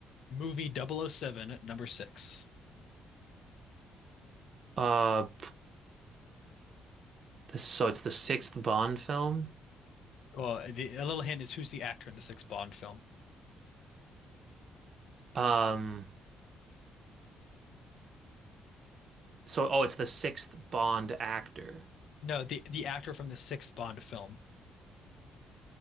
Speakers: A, on the left; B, on the right.
A: movie Double O Seven, at number six
B: Uh, this, so it's the sixth Bond film.
A: Oh, the, a little hint is who's the actor in the sixth Bond film
B: Um, so oh, it's the sixth Bond actor.
A: no the the actor from the sixth Bond film